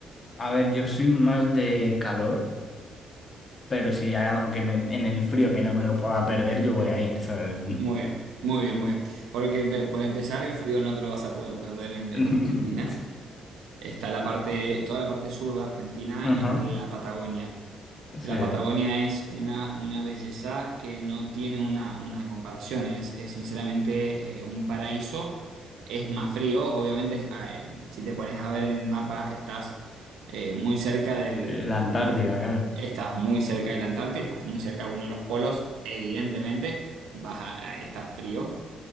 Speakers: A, on the left; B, on the right.
A: A ver, yo soy más de calor, pero si hay algo que me, en el frío que no me lo pueda perder, yo voy a ir, ¿sabes?
B: Muy bien, muy bien, muy bien. Porque empe- por empezar, el frío no te lo vas a poder perder en en
A: <laughs>
B: Argentina. Está la parte, toda la parte sur de Argentina
A: Ajá,
B: es la Patagonia.
A: sí,
B: La Patagonia es una, una belleza que no tiene una, una comparación, es, es sinceramente eh, un paraíso, es más frío, obviamente ah, eh, si te pones a ver en el mapa estás eh, muy cerca del,
A: de la Antártida, claro.
B: estás muy cerca de la Antártida, estás muy cerca de uno de los polos, evidentemente vas a, a- está frío,